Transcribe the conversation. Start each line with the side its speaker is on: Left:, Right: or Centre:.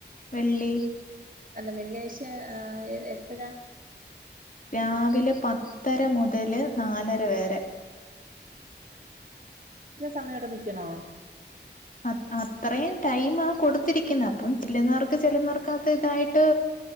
Left: വെള്ളി
Right: അല്ല വെള്ളിയാഴ് ആ എപ്പഴാ?
Left: രാവിലെ പത്തര മുതല് നാലര വരെ.
Right: ഇത്രേം സമയവിടെ നിക്കണോ?
Left: അത്ത് അത്രേം ടൈമാ കൊടുത്തിരിക്കുന്നെ അപ്പം ചെല്ലുന്നാർക്ക് ചെുന്നാർക്ക് ഇതായിട്ട്.